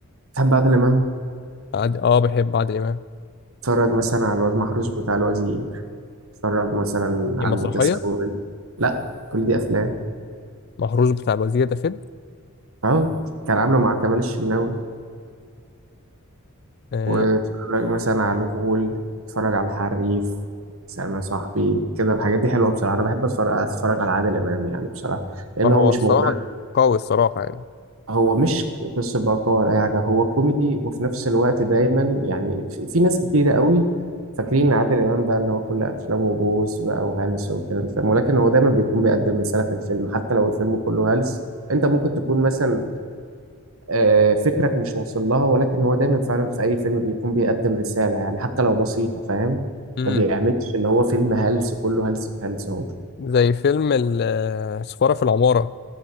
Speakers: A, on the right; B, on the left.
A: تحب عادل امام
B: عادي اه بحب عادل امام
A: تتفرج مثلا على الواد محروس بتاع الوزير تتفرج مثلا
B: دي
A: على
B: مسرحيه
A: المتسول لا كل دي افلام
B: مهروس بتاع الوزير ده فيلم
A: اهو كان عامله مع كمال الشناوي
B: آه
A: وتتفرج مثلا على الغول تتفرج على الحريف سلام يا صاحبي كده الحاجات دي حلوه بصراحه انا بحب اتفرج اتفرج على عادل امام يعني بصراحه لان
B: فهو
A: هو مش
B: الصراحه
A: مغ...
B: قوي الصراحه يعني
A: هو مش قصة بقى ولا أي حاجة هو كوميدي وفي نفس الوقت دايما يعني في, في ناس كتيرة قوي فاكرين إن عادل إمام بقى اللي هو كل أفلامه بوس بقى وهلس والكلام ده فاهم ولكن هو دايما بيكون بيقدم رسالة في الفيلم حتى لو الفيلم كله هلس أنت ممكن تكون مثلا آه، فكرك مش واصل لها ولكن هو دايما فعلا في أي فيلم بيكون بيقدم رسالة يعني حتى لو بسيطة فاهم
B: مم.
A: ما بيعملش اللي هو فيلم هلس كله هلس في هلس أهو
B: زي فيلم ال- السفارة في العمارة